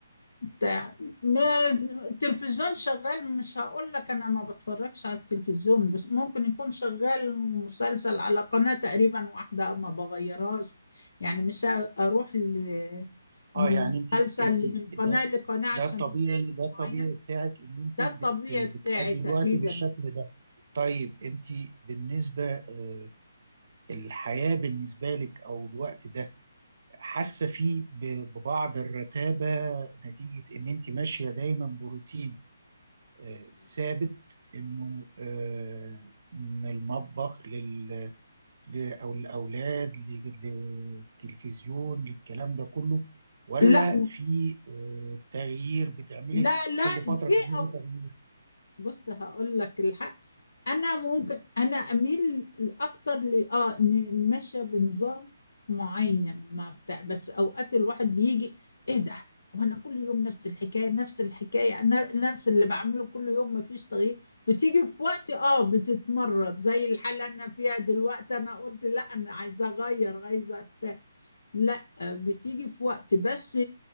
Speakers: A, on the left; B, on the right.
A: بتاع ما التلفزيون شغال مش هقول لك أنا ما بتفرجش على التلفزيون بس ممكن يكون شغال مسلسل على قناة تقريبا واحدة ما بغيرهاش يعني مش أروح ل- من
B: اه يعني انت
A: مسلسل
B: انت
A: من
B: ده
A: قناة لقناة عشان
B: ده الطبيعي
A: مسلسل
B: ده الطبيعي
A: معين
B: بتاعك ان انت
A: ده الطبيعي
B: بت بتقضي
A: بتاعي تقريبا
B: الوقت بالشكل ده طيب انت بالنسبة آه، الحياة بالنسبة لك أو الوقت ده حاسه فيه ب- ببعض الرتابه نتيجه ان انت ماشيه دايما بروتين آه، ثابت انه آه، من المطبخ لل... ل- او الاولاد للتلفزيون للكلام ده كله ولا
A: لا
B: في آه، تغيير بتعملي
A: لا لا
B: كل فتره
A: في
B: تعملي
A: أو
B: تغيير
A: بص هقول لك الحق انا ممكن انا اميل اكتر ل اه ن- نمشي بنظام معين ما بتاع بس اوقات الواحد بيجي ايه ده وانا كل يوم نفس الحكايه نفس الحكايه انا نفس اللي بعمله كل يوم ما فيش تغيير بتيجي في وقت اه بتتمرد زي الحاله اللي انا فيها دلوقتي انا قلت لا انا عايزه اغير عايزه بتاع لا بتيجي في وقت بس